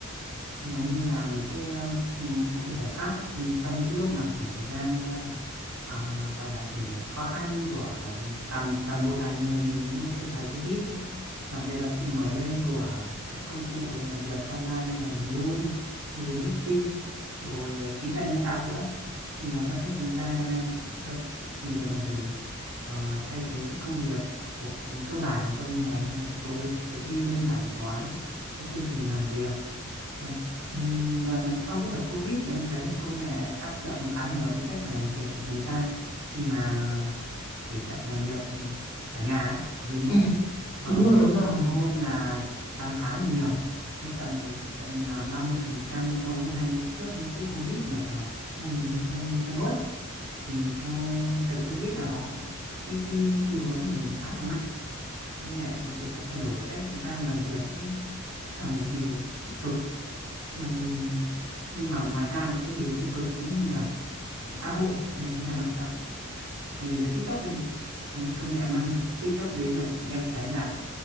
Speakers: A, on the right; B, on the left.
A: giống như là một cái ờ, một cái giải pháp trong cái lúc mà khoảng thời gian ờ, ờ, gọi là gì nhỉ khó khăn của toàn toàn bộ loài người mình đúng không cái thời Covid ấy. đặc biệt là sự nổi lên của các công cụ làm việc online như là Zoom, Google Meeting rồi trí tuệ nhân tạo nữa thì mà cho phép chúng ta tự- người làm gì nhỉ Ờ, thay thế các công việc của cơ bản của con người xong rồi tối tối ưu đơn giản hóa các quy trình làm việc Vâng. Nhìn và sau cái đợt Covid thì em thấy là công nghệ tác động khá nhiều đến cách mà làm việc của chúng ta khi mà tỉ trọng làm việc ở nhà ấy, remote
B: ừ
A: hoặc
B: đúng
A: là
B: rồi
A: work
B: đúng rồi
A: from home là tăng khá nhiều với tận tận là 30% so với hai năm trước nhưng trước Covid là khoảng hai nghìn không trăm hai mươi mốt thì sau đợt Covid là họ cái, cái xu hướng này khá là mạnh công nghệ thực sự là thay đổi cách chúng ta làm việc cũng là một điều tích cực Ừm, nhưng mà ngoài ra một cái điều tiêu cực nữa như là mạng xã hội em thấy là mạng xã hội đặc biệt là TikTok ấy thì cái công nghệ mang TikTok đến và em thấy là